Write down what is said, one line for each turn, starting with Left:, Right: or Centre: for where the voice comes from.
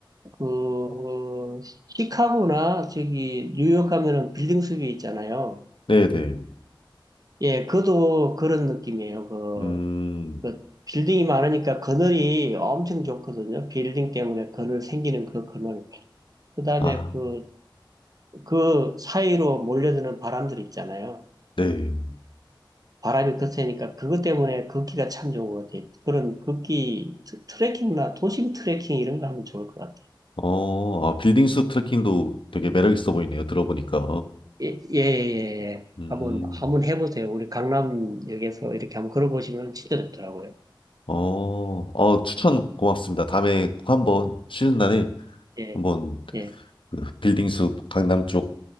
Right: 그 시카고나 저기 뉴욕 가면은 빌딩 숲이 있잖아요.
Left: 네네.
Right: 예, 그도 그런 느낌이에요. 그,
Left: 음.
Right: 그 빌딩이 많으니까 그늘이 엄청 좋거든요. 빌딩 때문에 그늘 생기는 그 그늘. 그다음에
Left: 아,
Right: 그, 그 사이로 몰려드는 바람들 있잖아요.
Left: 네.
Right: 바람이 거세니까 그것 때문에 걷기가 참 좋은 것 같아요. 그런 걷기 트- 트레킹이나 도심 트레킹 이런 거 하면 좋을 것 같아요.
Left: 어, 아, 빌딩 숲 트레킹도 되게 매력 있어 보이네요. 들어보니까.
Right: 예, 예, 예. 예.
Left: 음,
Right: 한번, 한번 해보세요. 우리 강남역에서 이렇게 한번 걸어보시면 진짜 좋더라고요.
Left: 어, 어, 추천 고맙습니다. 다음에 꼭 한번 쉬는 날에
Right: 예,
Left: 한번
Right: 예,
Left: 그 빌딩 숲 강남 쪽